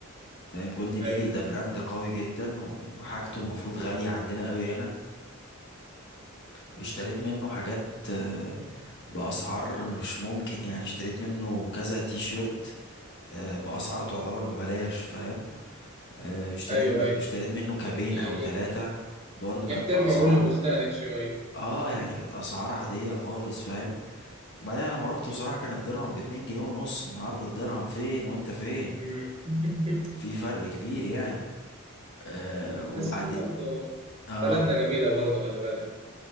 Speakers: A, on the left; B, on the right.
A: فاهم جولدن
B: ايوه
A: ايجل ده براند قوي جدا وحاجته المفروض غالية عندنا قوي هنا اشتريت منه حاجات آه، بأسعار مش ممكن يعني اشتريت منه كذا تي شيرت آه، بأسعار تعتبر ببلاش فاهم آه، اشتريت
B: ايوه
A: من
B: ايوه
A: اشتريت منه كابين
B: بي-
A: او ثلاثة برضو
B: بيحترموا
A: كانت بأسعار
B: عقول المستهلك شويه
A: اه يعني كانت اسعار عادية خالص فاهم وبعدين أنا لما روحت بصراحة كان الدرهم باتنين جنيه ونص النهاردة الدرهم فين وانت فين
B: مم.
A: في
B: <laughs>
A: فرق كبير يعني آه وبعد
B: بس برضه
A: اه
B: بلدنا جميله برضه خلي بالك